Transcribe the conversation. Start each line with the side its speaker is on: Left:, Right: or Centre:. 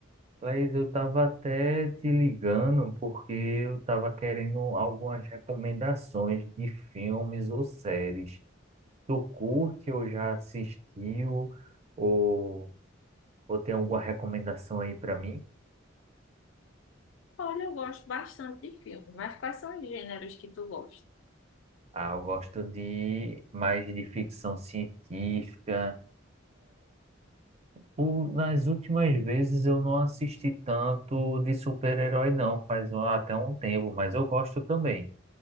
Right: Laís, eu tava até te ligando porque eu tava querendo algumas recomendações de filmes ou séries. Tu curte ou já assistiu ou, ou tem alguma recomendação aí pra mim?
Left: Olha, eu gosto bastante de filmes, mas quais são os gêneros que tu gosta?
Right: Ah, eu gosto de mais de ficção científica. O- nas últimas vezes eu não assisti tanto de super-herói, não, faz um- até um tempo, mas eu gosto também